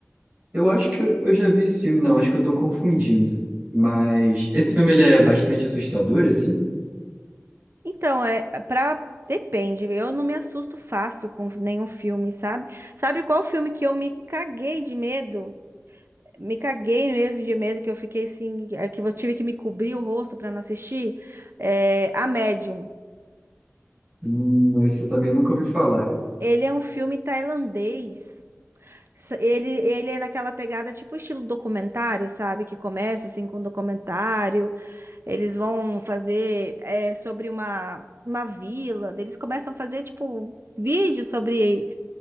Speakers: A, on the right; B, on the right.
A: eu acho que eu eu já vi esse filme, não, acho que eu tô confundindo. Mas esse filme ele é bastante assustador, assim?
B: Então, é para depende, eu não me assusto fácil com nenhum filme, sabe? Sabe qual filme que eu me caguei de medo? Me caguei mesmo de medo que eu fiquei assim, é, que eu tive que me cobrir o rosto para não assistir? É, A Médium.
A: Hum, isso eu também nunca ouvi falar.
B: Ele é um filme tailandês. S- Ele, ele é naquela pegada tipo estilo documentário, sabe? Que começa assim com um documentário. Eles vão fazer é, sobre uma, uma vila. Daí Eles começam a fazer tipo vídeo sobre,